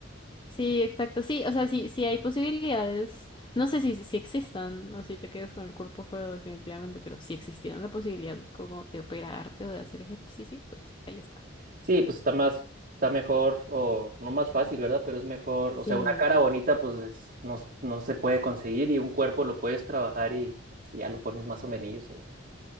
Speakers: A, on the left; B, on the right.
A: Sí, exacto. Sí, o sea, sí, sí hay posibilidades. No sé si, si existan o si te quedas con el cuerpo feo definitivamente, pero si existiera la posibilidad como de operarte o de hacer ejercicio, pues ahí está.
B: Sí, pues está más, está mejor, o no más fácil, ¿verdad? Pero es mejor,
A: Sí,
B: o sea, una cara bonita, pues es- no, no se puede conseguir y un cuerpo lo puedes trabajar y, y ya lo pones más o menos ahí.